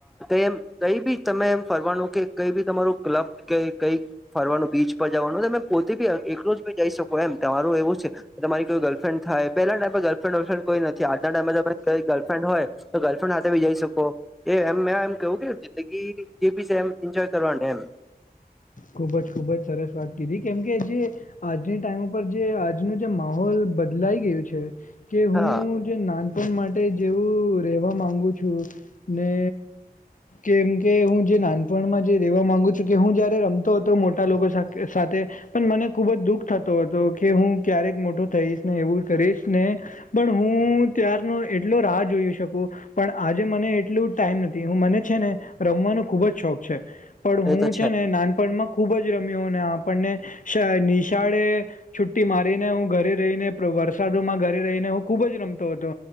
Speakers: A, in the centre; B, on the left (about 55°).
A: એમ કઈ બી તમે એમ ફરવાનુંકે કઈબી તમારું ક્લબ કે કઈ ફરવાનું બીચ પર જવાનું તમે પોતે બી એક રોજ બી જઈ શકો એમ તમારું એવું છે તમારી કોઈ ગર્લફ્રેન્ડ થાય પલા ટાઈમેમાં ગર્લફ્રેન્ વર્લફ્રેન્ડ કોઈ નથી આજના ટાઈમે તમારિ ગર્લફ્રેન્ડ હોય તો ગર્લફ્રેન્ડ હાથે ભી જઈ શકો એ એમ મે એમ કેવું કે જિંદગી જે બી છે એમ એન્જોય કરવાની એમ
B: ખૂબજ ખૂબજ સરસ વાત કીધી કેમકે જે આજની ટાઈમ ઉપર જે આજનું જે માહોલ બદલાઈ ગયું છે કે હું
A: હા
B: જે નાનપણ માટે જેવું રેવા માંગુ છું ને કેમકે હું જે નાનપણમાં જે રેવા માંગુ છું કે હું જયારે રમ તો હતો મોટા લોકો સાથે સાથે તો પણ મને ખુબજ દુઃખ થતો હતો કે હું ક્યારેક મોટો થઈશ ને એવું કરીશ ને પણ હું ત્યારનો એટલો રાહ જોઈ શકું પણ આજે મને એટલું ટાઈમ નથી હું મને છે ને રમવાનો ખુબજ શોખ છે. પણ હું
A: એ તો
B: છે ને નાનપણમાં ખુબજ રમ્યો આપણને શા નિશાળે છુટ્ટી મારીને હું ઘરે રહીને વરસાદોમાં ઘરે રહીને હું ખુબજ રમતો હતો